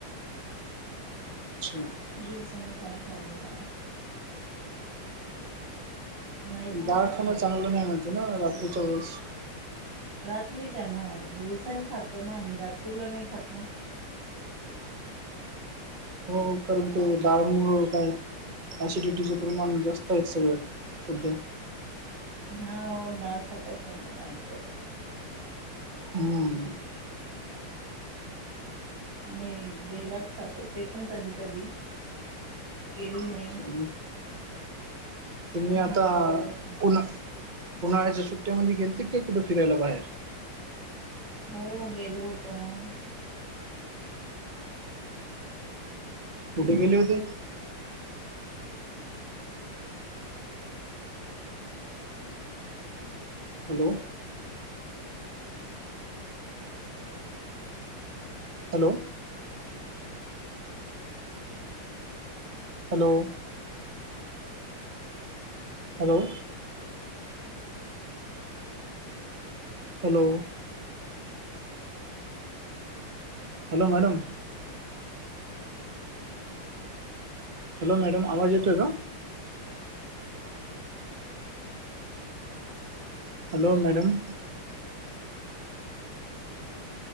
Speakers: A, on the right (about 45°); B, on the right (about 65°).
A: अच्छा <unintelligible>
B: दिवसांनी खातो आम्ही डाळ. नाईटला
A: डाळ
B: खात
A: खाणं चांगलं नाही म्हणतात ना रात्रीच्या वेळेस.
B: रात्रीच्या ना दिवसानी खातो ना आम्ही रात्रीला नाही खातो
A: हो कारण ते दाळ मुळ काय. ऐसिडिटीच प्रमाण जास्त आहे सगळ्यात सध्या.
B: हा ओ डाळ खातच नाही मग आम्ही त्यासाठी.
A: हम.
B: आम्ही बलाच खातो ते पण कधी कधी एरवी
A: अच्छा
B: नाही.
A: तुम्ही आता
B: भात वगैरे असले
A: उना- उन्हाळ्याच्या सुट्ट्यांमध्ये गेलते काय कुठे फिरायला बाहेर?
B: हो गेलो होतो ना.
A: कुठे गेले होते. Hello! Hello. Hello. Hello. Hello. Hello madam. Hello madam आवाज येतोय का? Hello madam.